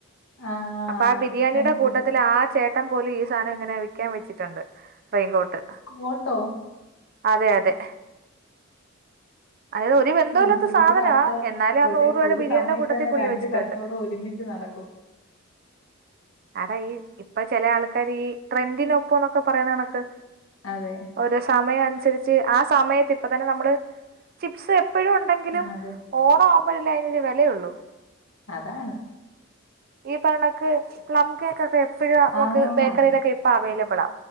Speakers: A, on the left; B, on the right.
A: ആഹ്
B: അപ്പൊ ആ ബിരിയാണിയുടെ
A: കണ്ടിട്ടുണ്ട്
B: കൂട്ടത്തിൽ ആ ചേ ട്ടൻ പോലും ഈ സാധനം ഇങ്ങനെ വിക്കാൻ വെച്ചിട്ടുണ്ട് റെയിൻ കോട്ട്
A: കോട്ടോ
B: അതെ അതെ അതായത് ഒരു ബന്ധവും ഇല്ലാത്ത
A: എന്തോ
B: സാധനമാ
A: ഒരു കച്ചവടം
B: എന്നാലും ആ
A: ഒരു
B: നൂറ് രൂപയുടെ
A: ഒരു
B: ബിരിയാണിയുടെ
A: സമയത്ത്
B: കൂട്ടത്തി
A: തന്നെ
B: പുള്ളി
A: രണ്ട്
B: വെച്ചിട്ടുണ്ട്
A: കച്ചവടം ഒരുമിച്ച് നടക്കും
B: അതാ ഈ ഇപ്പൊ ചില ആൾക്കാര് ഈ ട്രെൻഡിനൊപ്പംന്നൊക്കെ പറയ്ന്നണക്ക്.
A: അതെ.
B: ഓരോ സമയം അൻസര്ച്ച് ആ സമയത്ത് ഇപ്പ തന്നെ നമ്മള് ചിപ്സ് എപ്പഴും ഉണ്ടെങ്കിലും
A: ആ അതെ
B: ഓണ ആവുമ്പയല്ലേ അയ്നൊരു വെലയൊള്ളൂ.
A: അതാണ്.
B: ഈ പറിണക്ക് പ്ലം കേകൊക്കെ എപ്പയും നമക്ക്
A: ആ
B: ബേക്കറിയിലൊക്കെ
A: അത്
B: ഇപ്പ അവൈലബ്ളാ.